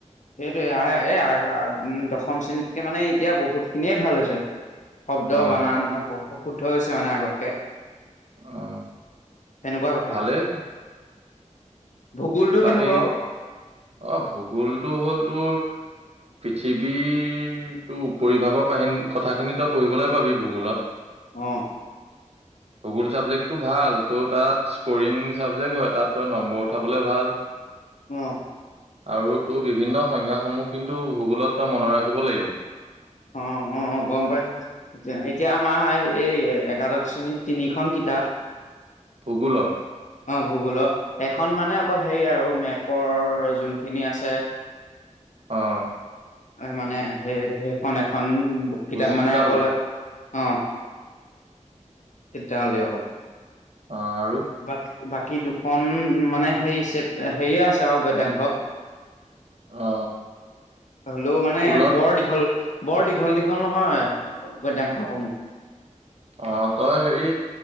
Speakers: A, on the left; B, on the right.
A: সেইটোৱে, এ আ দশম শ্ৰেণীতকে মানে এতিয়া বহুত খিনিয়ে ভাল হৈছে। শব্দ
B: অ
A: বানান শুদ্ধ হৈছে মানে আগতকে।
B: অ
A: সেনেকুৱা কথা।
B: ভালেই
A: ভূগোলটো
B: বাকী
A: কেনেকুৱা অ
B: অঁ, ভূগোলটো হ'ল তোৰ- পৃথিৱীৰটো উপৰিভাগৰ কাহিনী কথাখিনি তই পঢ়িবলৈ পাবি ভূগোলত।
A: অঁ।
B: ভূগোল চাবজেক্টটো ভাল। তোৰ তাত- স্কৰিং চাবজেক্ট হয়, তাত তই নম্বৰ উঠাবলে ভাল।
A: অঁ।
B: আৰু তোৰ বিভিন্ন সংখ্যাসমূহ কিন্তু ভূগোলত তই মনত ৰাখিব লাগিব।
A: অঁ, অঁ, গম পাইছোঁ। এতিয়া আমাৰ এই একাদশ শ্ৰেণীত তিনিখন কিতাপ।
B: ভূগোলৰ?
A: অঁ, ভূগোলৰ। এখন মানে অকল হেৰি আৰু মেপৰ যোনখিনি আছে।
B: অঁ।
A: মানে সেই সেইখন এখন বুক কিতাপ
B: ভূচিত্ৰাৱলী
A: মানে অকল- অঁ, তেতিয়াহ'লে অকল-
B: অঁ, আৰু?
A: বা বাকী দুখন মানে হে চেপ হেৰিয়ে আছে আৰু গদ্যাংশ।
B: অ
A: হ'লেও মানে
B: স্কুলত
A: বৰ দীঘল। বৰ দীঘল দীঘল নহয় গদ্যাংশ সমুহ।
B: অঁ, তই হেৰি